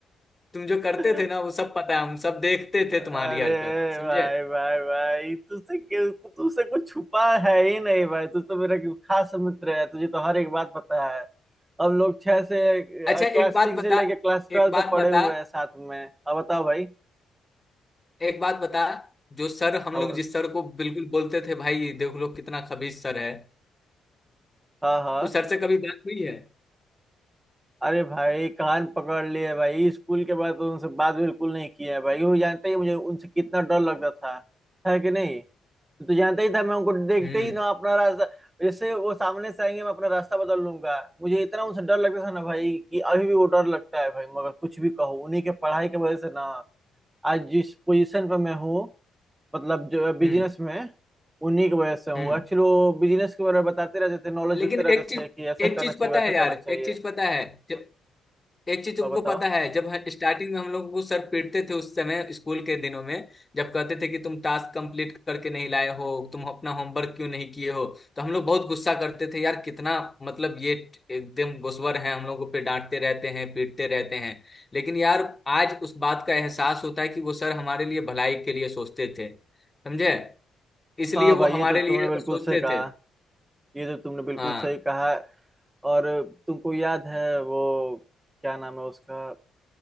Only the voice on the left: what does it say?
तुम जो करते
थे ना वो सब पता है हम सब देखते थे तुम्हारी
हरकत समझे
अच्छा
एक बात
बता
एक बात
बता
एक बात बता जो सर हम
लोग जिस सर को बिल्कुल बोलते थे भाई देख लो कितना खबीज सर है
उस सर से कभी बात हुई है
हम्म
हम्म
हम्म
लेकिन
एक
चीज
एक
चीज
पता
है
यार
एक चीज पता है जो एक चीज तुमको
पता है जब स्टार्टिंग में हम लोग को सर पीटते थे उस समय स्कूल के दिनों में जब कहते थे कि तुम टास्क कंप्लीट करके नहीं लाए हो तुम अपना होमवर्क क्यों नहीं किए हो तो हम लोग बहुत गुस्सा करते थे यार कितना मतलब ये एकदम गुस्वर है हम लोगों पे डांटते रहते हैं पीटते रहते हैं लेकिन यार आज उस बात का एहसास होता है कि वो सर हमारे लिए भलाई के लिए सोचते थे समझे इसलिए
वो हमारे
लिए
सोचते
थे
हाँ